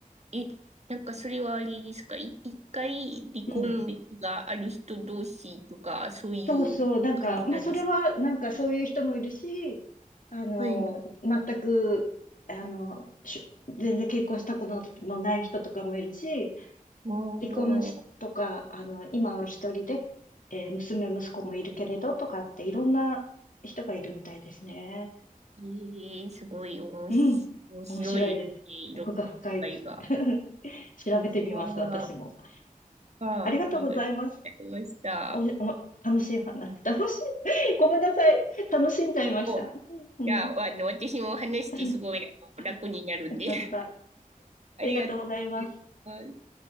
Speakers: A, on the right; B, on the left.
A: え、なんかそれはあれですかい一回離婚歴がある人同士とか、
B: うん。
A: そういう感じなんですか
B: そうそう、なんか、まあ、それは、なんかそういう人もいるし、あの、
A: はい。
B: 全く、あの、し全然結婚したことのない人とかもいるし、
A: おー、
B: 離婚しとか、あの、今は一人で、えー娘、息子もいるけれどとかって、いろんな人がいるみたいですね。
A: ええすごい面白面白いね、
B: うん。面白いです。
A: いろんな会が。
B: 奥が深いですね。<laughs> 調べてみます、
A: あ
B: 私も。
A: あ、ああ、
B: ありがとうございます。
A: りがとうございました。
B: お、お、楽しい話、<laughs> 楽しい、<laughs> ごめんなさい。楽しんじゃいました。
A: お、い
B: うん。
A: や、あの、私も話してすごい、
B: <laughs>
A: あの、
B: あ、
A: 楽になるんで、
B: よかった。
A: <laughs> ありがとうございます。
B: ありがとうございます。